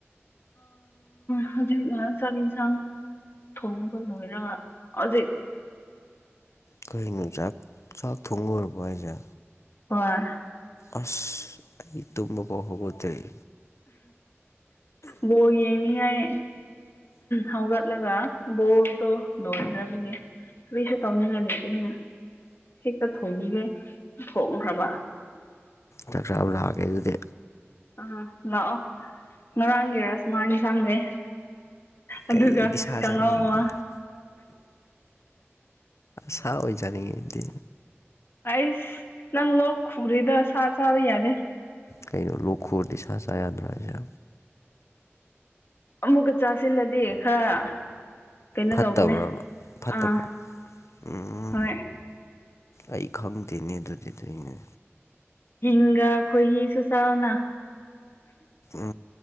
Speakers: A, on the left; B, on the left.
A: ꯍꯧꯖꯤꯛꯅ ꯆꯥꯛ ꯌꯦꯟꯁꯥꯡ ꯊꯣꯡꯕ ꯂꯣꯏꯔꯒ ꯍꯧꯖꯤꯛ
B: ꯀꯩꯅꯣ ꯆꯥꯛ ꯆꯥꯛ ꯊꯣꯡꯉꯔꯕ ꯍꯥꯏꯁꯦ
A: ꯍꫭꯏ
B: ꯑꯁ ꯑꯩ ꯇꯨꯝꯕꯕꯥꯎ ꯍꯕꯗꯔꯤ
A: ꯕꯣ ꯌꯦꯡꯅꯤꯡꯉꯥꯏ ꯍꯧꯒ ꯆꯠꯂꯒ ꯕꯣꯜꯗꯣ ꯂꯣꯏꯈ꯭ꯔꯕꯒꯦ ꯀꯔꯤꯁꯨ ꯇꯧꯅꯤꯡꯉꯥꯏ ꯂꯩꯇꯦꯅ ꯍꯦꯛꯇ ꯊꯣꯡꯏꯒꯦ ꯊꯣꯡꯈ꯭ꯔꯕ
B: ꯆꯥꯛ ꯆꯥꯕ ꯂꯥꯛꯑꯒꯦ ꯑꯗꯨꯗꯤ
A: ꯑꯥ ꯂꯥꯛꯑꯣ ꯉꯔꯥꯡꯒꯤ ꯔꯁꯃꯥ ꯏꯟꯁꯥꯡꯂꯩ ꯑꯗꯨꯒ
B: ꯀꯩ ꯑꯩꯗꯤ ꯁꯥ
A: ꯀꯉꯥꯎꯃ
B: ꯆꯥꯅꯤꯡꯉꯦ ꯁꯥ ꯑꯣꯏꯆꯥꯅꯤꯡꯉꯤ ꯑꯩꯗꯤ
A: ꯑꯩꯁ ꯅꯪ ꯂꯣꯛ ꯈꯨꯔꯤꯗ ꯁꯥ ꯆꯥꯕ ꯌꯥꯗꯦ
B: ꯀꯩꯅꯣ ꯂꯣꯛꯈꯨꯔꯗꯤ ꯁꯥ ꯆꯥ ꯌꯥꯗ꯭ꯔꯥ ꯍꯥꯏꯁꯦ
A: ꯑꯃꯨꯛꯀ ꯆꯥꯁꯤꯜꯂꯗꯤ ꯈꯔ ꯀꯩꯅꯣ
B: ꯐꯠꯇꯕ꯭ꯔꯕ
A: ꯇꯧꯕꯅꯦ
B: ꯐꯠꯇꯕ꯭ꯔꯥ
A: ꯑꯥ
B: ꯎꯝ
A: ꯍꯣꯏ
B: ꯑꯩ ꯈꯪꯗꯦꯅꯦ ꯑꯗꯨꯗꯤ ꯑꯗꯨꯅꯦ
A: ꯁꯤꯡꯒ ꯈꯣꯏꯍꯤꯁꯨ ꯆꯥꯔꫭꯅ
B: ꯎ